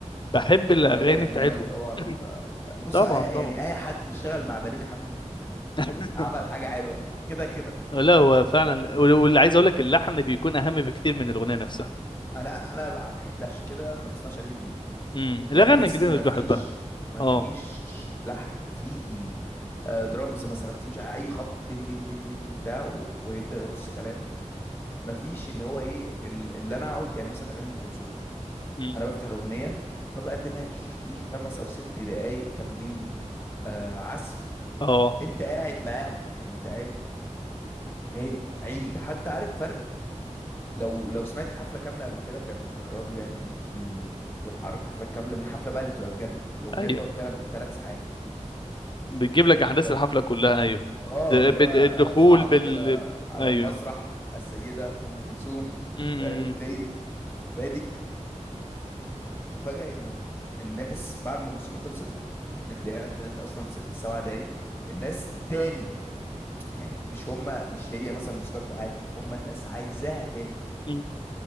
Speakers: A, on the left; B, on the left.
A: بحب الاغاني
B: مادة الحناوي
A: بتاعتهم
B: طبعا
A: <coughs> <laughs>
B: بص
A: طبعا
B: ع-
A: طبعا
B: يعني اي حد اشتغل مع بليغ حمدي
A: <laughs>
B: <laughs> عمل حاجة حلوة كده كده
A: لا هو فعلا وال- واللي عايز اقول لك اللحن بيكون اهم بكتير من الاغنيه نفسها
B: انا انا ما بحبش كده ما بسمعش اغاني جديدة
A: امم الاغاني
B: يعني بحس
A: الجديده
B: ان
A: مش
B: ما
A: بحبها
B: فيش ما
A: اه
B: فيش لحن في آه، درامز مثلا في مش عارف اي خبط دين دين دين دين وبتاع و- ويبدأ يرص كلام ما فيش اللي هو ايه ال- اللي انا اقعد يعني مثلا اغاني ام كلثوم
A: مم.
B: انا بفتح الاغنيه ما بقدمهاش في خمس او ست دقايق كاملين آه عزف
A: اه
B: انت قاعد معاهم يعني انت قاعد تاني عيد حتى عارف فرق لو لو سمعت حفله كامله قبل كده كان الراديو يعني بي بي بيروح عارض حفلات كامله اللي حفله بقى اللي بتبقى بجد الاغنيه
A: ايوه
B: بتقعد فعلا بالثلاث ساعات
A: بتجيب لك احداث
B: فتلاقي-
A: الحفله كلها ايوه
B: اه
A: د-
B: اللي
A: بت-
B: هو
A: الدخول
B: صعدت
A: بال
B: الى على
A: ايوه
B: المسرح السيده ام كلثوم <laughs>
A: امم
B: فاهم؟ تلاقي بادئ تفاجأ انه الناس بعد ما الموسيقى خلصت اللي هي خدت اصلا ست سبع دقايق الناس تاني يعني مش هما مش هي مثلا الموسيقى بتاعت هما الناس عايزاها تاني
A: مم.